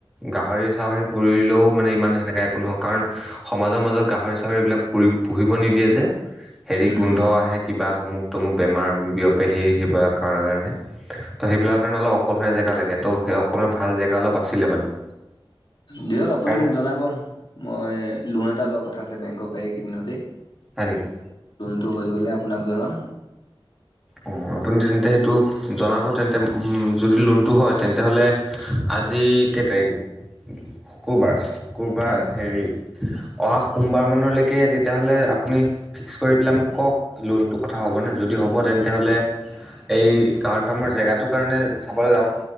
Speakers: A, in the centre; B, on the left.
A: গাহৰি চাহৰি পুৰিলেও মানে ইমান সেনেকা একো নহক কাৰণ সমাজৰ মাজত গাহৰি গাহৰি -চাহৰি এইবিলাক পুৰি পুহিব নিদিয়ে যে হেৰি
B: উম
A: গোন্ধ আহে কিবা সমুহ তমুখ বেমাৰ বিয়পে সেই। সেইবিলাক কাৰণৰ ত কাৰণে সেইবিলাকৰ কাৰণে অলপ অকলীয়া জেগা লাগে। ত' সেই অকলৰ ভাল জেগা অলপ আছিলে মানে।
B: দিয়ক
A: সেইকাৰণে
B: আপুনি মোক জনাব মই লোন এটা লোৱা কথা আছে বেংকৰ পৰা এইকেইদিনতে।
A: হয় নেকি?
B: টো হৈ গ'লে আপোনাক জনাম।
A: অঁ আপুনি তেন্তে সেইটো জনাব তেন্তে যদি লোনটো হয় তেন্তে হ'লে আজি যি কে তাৰিখ শুকুৰবাৰ, শুকুৰবাৰ
B: হয়
A: হেৰি অহা সোমবাৰ মানলৈকে তেতিয়াহ'লে আপুনি ফিক্স কৰি পেলাই মোক কওক লোনটো কথা হ'বনে যদি। হব তেন্তে। হ'লে এই গাহৰি ফাৰ্মৰ জেগাটোৰ কাৰণে চাবলৈ যাওঁ